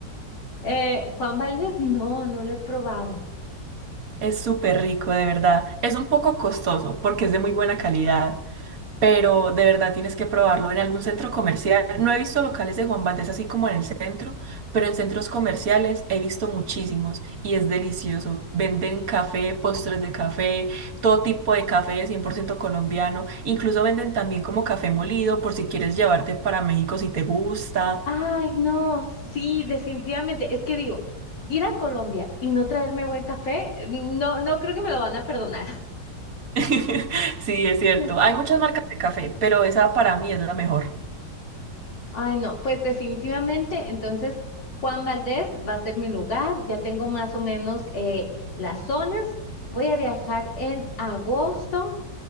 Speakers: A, on the left (about 85°); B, on the right (about 55°).
A: Eh, Juan Valdez, no, no lo he probado.
B: Es súper rico, de verdad. Es un poco costoso porque es de muy buena calidad, pero de verdad tienes que probarlo en algún centro comercial. No he visto locales de Juan Valdez así como en el centro, pero en centros comerciales he visto muchísimos y es delicioso. Venden café, postres de café, todo tipo de café 100% colombiano. Incluso venden también como café molido por si quieres llevarte para México si te gusta.
A: Ay, no, sí, definitivamente. Es que digo, ir a Colombia y no traerme buen café, no, no creo que me lo van a perdonar.
B: <laughs> Sí, es cierto.
A: <laughs>
B: Hay muchas marcas de café, pero esa para mí es la mejor.
A: Ay, no, pues definitivamente, entonces Juan Valdez va a ser mi lugar, ya tengo más o menos eh, las zonas, voy a viajar en agosto,